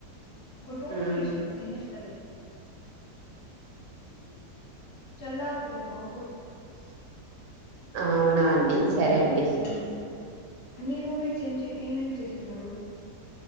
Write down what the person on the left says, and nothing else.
ఒక టూ
మినిట్స్ తినస్తలే చల్లార్పోతే బాగుోద్ మళ
మ్మ్. నీ రూమ్మేట్స్ ఏం చే ఏమేమీ చేస్తున్నారు.